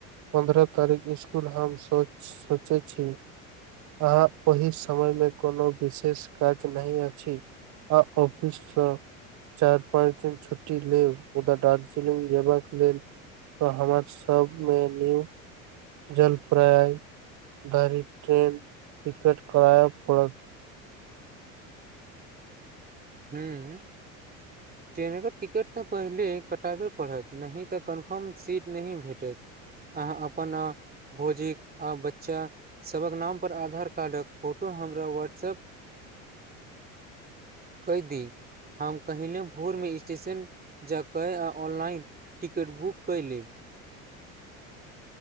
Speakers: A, on the right (about 45°); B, on the right (about 20°).
A: पन्द्रह तारीख इसकुल हम सो सोचै छी अहाँ ओहि समय मे कोनो विशेष काज नहि अछि आफिस से चार पाँच दिन छुटी लेब मुदा दार्जिलिंग जेब के लेल त हमर सब मे न्यू जलप्राय धार ट्रेन टिकट करय पड़त
B: हूँ
A: <inaudible>
B: ट्रेनक टिकट तऽ पहिले कटाबै पड़त नहि तऽ कन्फर्म सीट नहि भेटत अहाँ अपन अ भोजीक आ बच्चा सभक नाम पर आधार कार्डक फोटो हमरा व्हाट्सअप कहि दी हम कहहिने भोरमे स्टेशन जा कऽ आ ऑनलाइन टिकट बुक कऽ लेब